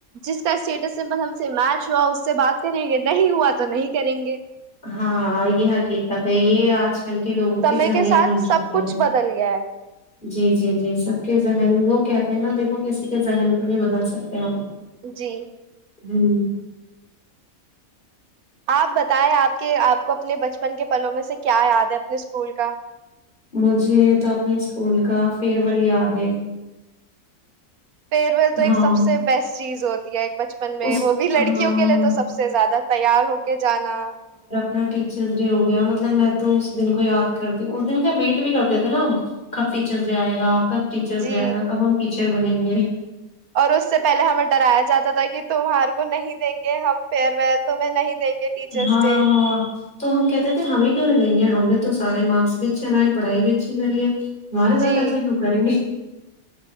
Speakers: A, on the right; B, on the left.
A: جس کا اسٹیٹس سے مطلب <unintelligible> سے میچ ہوا اس سے بات کریں گے نہیں ہوا تو نہیں کریں گے
B: ہاں یہ حقیقت ہے یہ آج کل کے لوگوں
A: سمے
B: کی ذہنیت
A: کے ساتھ
B: بن
A: سب
B: چکی
A: کچھ
B: ہے
A: بدل گیا ہے
B: جی جی جی سب کے ذہن وہ کہتے ہیں نا دیکھو کسی کے ذہن کو نہیں بدل سکتے ہم
A: جی
B: ہوں <unintelligible>
A: آپ بتائیں آپ کے آپ کو اپنے بچپن کے پلوں میں سے کیا یاد ہے اپنے اسکول کا
B: مجھے تو اپنے اسکول کا فیئرول یاد ہے
A: فرویل تو
B: ہاں
A: ایک سب سے بیسٹ چیز ہوتی ہے <unintelligible> بچپن میں
B: اس
A: وہ بھی لڑکیوں
B: ہاں
A: کے لیے تو سب سے زیادہ تیار ہو کے جانا
B: ن ٹیچرس ڈے ہو گیا مطلب میں تو اس دن کو یاد کرتیوں اس دن کیا ویٹ بھی کرتے تھے نا کب ٹیچرس ڈے آئے گا آپ کب ٹیچرس
A: جی
B: ج گ کب ہم ٹیچر ر بنیں گے <unintelligible>
A: اور اس سے پہلے ہمیں ڈرایا جاتا تھا کہ تمہار کو نہیں دیں گے ہم فیئر ویل تمہیں نہیں دیں گے ٹیچرس
B: ہاں
A: ڈے
B: ہاں تو ہم کہتے تھے ہمیں کیوں نہیں دیں گے ہم نے تو سارے مارکس بھی اچھے لائے پڑائی بھی اچھی کریے تمہارے ساتھ
A: جی
B: ایسا کیوں کریں گے